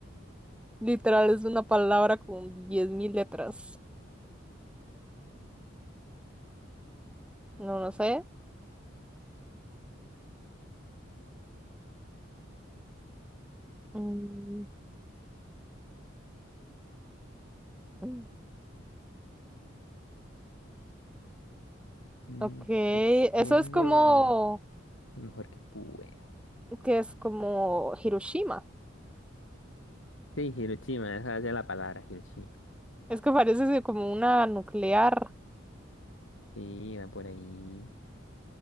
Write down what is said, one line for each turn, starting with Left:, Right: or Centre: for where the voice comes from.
Centre: <laughs> Literal, es una palabra con 10.000 letras. No, no sé. Mm, mm.
Left: Mm,
Centre: Ok,
Left: Estoy
Centre: eso
Left: haciendo
Centre: es como,
Left: lo, lo mejor que puedo.
Centre: que es como Hiroshima.
Left: Sí, Hiroshima, esa es la palabra, Hiroshima.
Centre: Es que parece ser como una nuclear
Left: Sí, va por ahí.